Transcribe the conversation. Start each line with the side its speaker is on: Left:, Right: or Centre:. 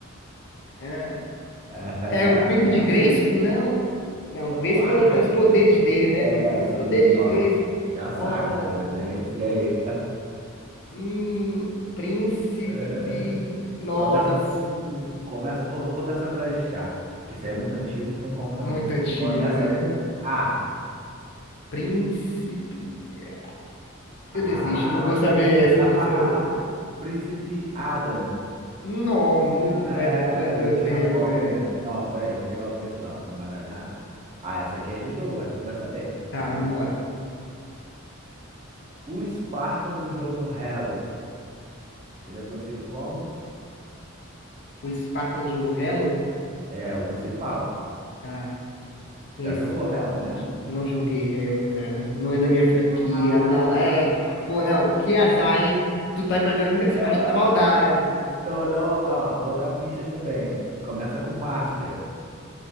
Left: É,
Right: <laughs>
Left: é o príncipe de Grayskull? Não. Não, Grayskull
Right: Quase.
Left: é, é os poderes dele, né?
Right: Essa,
Left: É pelos poderes
Right: e
Left: de
Right: ó,
Left: Grayskull.
Right: já
Left: Nossa.
Right: saca, tá vendo aí? E aí?
Left: Hum, príncipe.
Right: <laughs>
Left: Não,
Right: Começa
Left: não
Right: com.
Left: s-
Right: Começa. Vou, vou dar essa colher de chá. Que isso aí é muito antigo, não tem como também.
Left: Muito antigo,
Right: Começa
Left: é.
Right: com A.
Left: Príncipe.
Right: A.
Left: Eu desisto, não vou saber
Right: <laughs>
Left: essa, não vou saber.
Right: Príncipe Adam.
Left: Não, muito, não
Right: É,
Left: é, da- não é do
Right: não
Left: meu
Right: tinha
Left: tempo,
Right: como,
Left: é...
Right: né? Não, peraí, vou pegar outra aqui, ó. Vou embaralhar. Ah, essa aqui é de jogo, acho que tu vai saber. Essa
Left: Tá, vambora.
Right: é de jogo. O Spartan do jogo Halo. Ele é conhecido como?
Left: O Sparta no jogo Halo?
Right: É, o principal.
Left: Tá, conhecido.
Right: Já jogou Halo, né?
Left: Não joguei Halo, cara. Não é da minha franquia,
Right: Ai,
Left: não,
Right: caraca,
Left: é... Pô, não, que azar, hein? Tu tá brigando essa
Right: Ah,
Left: caixa na maldade.
Right: então não. Ah, vou dar pistas também. Começa com Master.